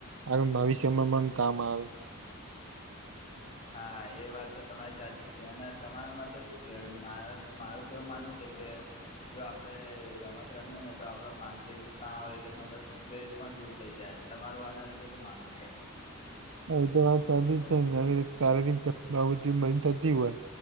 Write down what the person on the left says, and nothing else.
હા એ વાત તો તમારી સાચી છે અને તમારા માટે શું છે મા મારું એવું માનુંવ છે કે જો આપડે રમત રમીએ ને તો આપડો માનસિક તણાવ એટલે મતલબ સ્ટ્રેસ પણ દૂર થઈ જાય તમારું આના વિશે શું માનવું છે.